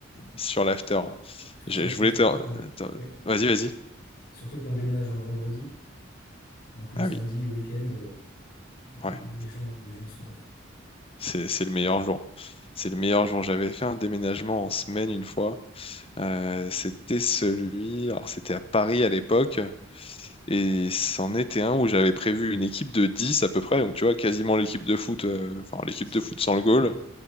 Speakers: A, on the left (about 30°); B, on the left (about 50°).
A: sur l'after.
B: Tout
A: Je,
B: à fait,
A: je voulais
B: surtout
A: te...
B: qu'on
A: te-
B: oui.
A: Vas-y, vas-y.
B: Surtout qu'on déménage un vendredi. Donc le
A: Ah
B: samedi
A: oui,
B: et week-end, euh, les
A: ouais.
B: gens, les gens sont off.
A: C'est, c'est le meilleur jour. C'est le meilleur jour. J'avais fait un déménagement en semaine une fois. Euh, c'était celui... Alors, c'était à Paris à l'époque. Et c'en était un où j'avais prévu une équipe de 10 à peu près. Donc, tu vois, quasiment l'équipe de foot, euh, enfin, l'équipe
B: C'est-
A: de foot sans le goal.
B: <laughs> oui.